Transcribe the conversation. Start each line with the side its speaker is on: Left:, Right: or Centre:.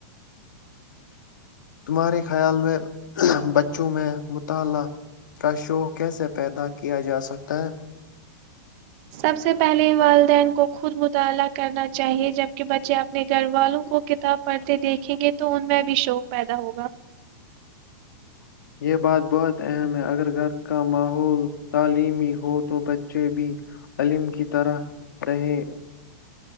Left: تمہارے خیال میں بچوں میں مطالعہ کا شوق کیسے پیدا کیا جاسکتا ہے
Right: سب سے پہلے والدین کو خود مطالعہ کرنا چاہیئے جبکہ بچے اپنے گھر والوں کو کتاب پڑھتے دیکھیں گے تو ان میں بھی شوق پیدا ہوگا
Left: یہ بات بہت اہم ہے اگر گھر کا ماحول تعلیمی ہو تو بچے بھی علم کی طرح رہے